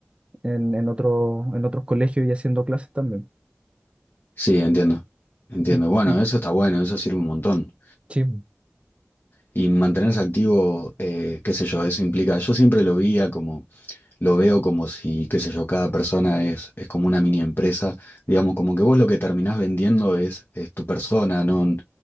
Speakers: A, on the right; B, on the left.
A: en, en otro, en otros colegios y haciendo clases también.
B: Sí, entiendo. Entiendo.
A: Y,
B: Bueno,
A: y-
B: eso está bueno, eso sirve un montón.
A: sí,
B: Y mantenerse activo, eh, qué sé yo, eso implica, yo siempre lo veía como lo veo como si, qué sé yo, cada persona es, es como una mini empresa, digamos, como que vos lo que terminás vendiendo es, es tu persona, no n-